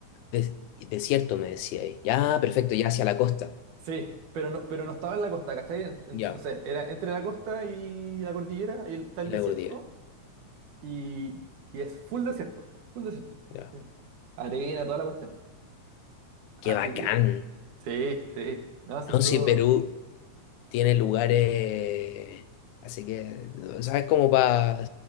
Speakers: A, on the left (about 80°); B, on the right (about 85°).
A: de- desierto me decía ahí. Ya, perfecto, ya hacia la costa.
B: sí, pero no, pero no estaba en la costa, ¿cachai? En- Entonces,
A: Ya,
B: era entre la costa y la cordillera, ahí está el
A: y
B: desierto
A: la cordillera.
B: y, y es full desierto, full desierto.
A: Ya.
B: sí. Arena, toda la cuestión. Así
A: Qué bacán.
B: que, sí, sí, no, sí estuvo
A: No, sí, Perú tiene lugares, así que, ¿sabes? Como para